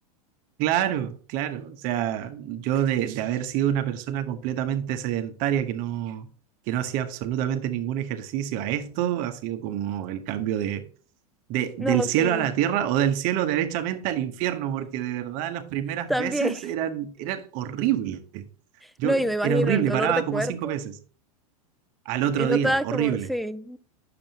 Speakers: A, on the right (about 45°); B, in the centre.
A: Claro, claro. O sea, yo de, de haber sido una persona completamente sedentaria que no, que no hacía absolutamente ningún ejercicio a esto, ha sido como el cambio de de- del
B: No,
A: cielo
B: sí.
A: a la tierra o del cielo derechamente al infierno, porque de verdad las primeras
B: También.
A: veces eran, eran horribles. Yo
B: No, y me imagino
A: era horrible,
B: el dolor
A: paraba
B: de
A: como
B: cuerpo.
A: cinco veces. Al otro
B: Y no
A: día,
B: estaba
A: horrible.
B: como, sí,